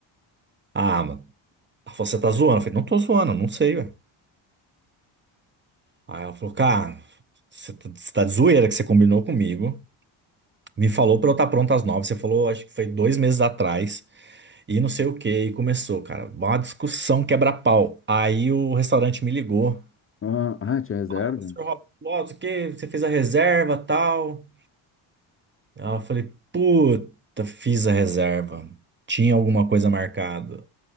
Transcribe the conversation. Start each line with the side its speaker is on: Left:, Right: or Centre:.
Right: Ah, mano. Ela falou, você tá zoando? Eu falei, não tô zoando, não sei, ué. Aí ela falou, cara, você tá você tá de zoeira que você combinou comigo. Me falou pra eu estar pronto às nove. Você falou, acho que foi dois meses atrás. E não sei o que. E começou, cara. Uma discussão quebra-pau. Aí o restaurante me ligou.
Left: Ah, ah, tinha reserva?
Right: Ah, senhor Roberto, ó, o que? Você fez a reserva tal? Aí eu falei, puta, fiz a reserva. Tinha alguma coisa marcada.